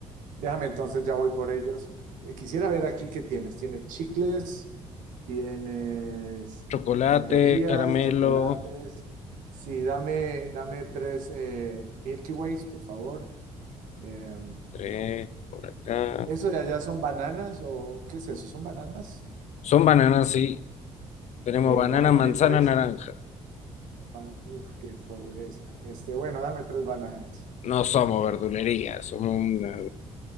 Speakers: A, on the right; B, on the left.
A: Déjame entonces, ya voy por ellos. Eh, Quisiera ver aquí qué tienes. Tienes chicles, tienes
B: Chocolate,
A: baterías,
B: caramelo,
A: chocolates. Sí, dame, dame tres eh, Milky Ways, por favor. Eh,
B: tres por acá.
A: ¿eso de allá son bananas o qué es eso? ¿Son bananas?
B: Son bananas, sí. Tenemos
A: Eh,
B: banana,
A: dame también
B: manzana,
A: tres.
B: naranja.
A: Ban- Uf, qué pobreza. Este, bueno, dame tres bananas.
B: No somos verdulería, somos una-